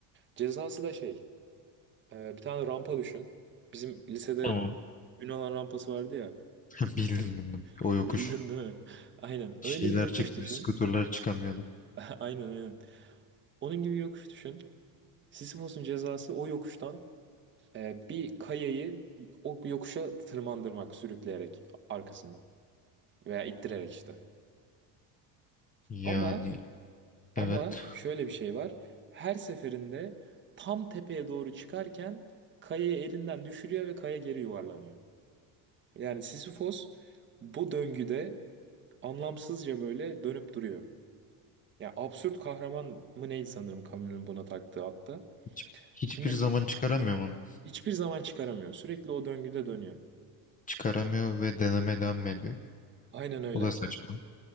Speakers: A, on the right; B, on the left.
A: Cezası da şey, e, bir tane rampa düşün. Bizim lisede
B: Tamam.
A: Yunan rampası vardı ya.
B: <laughs> Bildim bildim.
A: <laughs>
B: O yokuş.
A: Bildin değil mi? <laughs> Aynen.
B: Şeyler
A: Öyle bir yokuş
B: çıkmıyor.
A: düşün.
B: Skuterlar çıkamıyordu.
A: <laughs> Aynen aynen. Onun gibi yokuş düşün. Sisyphos'un cezası o yokuştan e, bir kayayı o yokuşa tırmandırmak sürükleyerek arkasından veya ittirerek işte.
B: Yani
A: Ama Ama
B: evet.
A: şöyle bir şey var. Her seferinde tam tepeye doğru çıkarken kayayı elinden düşürüyor ve kaya geri yuvarlanıyor. Yani Sisyphos bu döngüde anlamsızca böyle dönüp duruyor. Ya absürt kahraman mı neydi sanırım Camus'un buna taktığı hatta.
B: Hiç- hiçbir
A: Şimdi
B: zaman çıkaramıyor onu.
A: hiçbir zaman çıkaramıyor. Sürekli o döngüde dönüyor.
B: Çıkaramıyor ve deneme devam ediyor.
A: Aynen öyle.
B: O da saçma.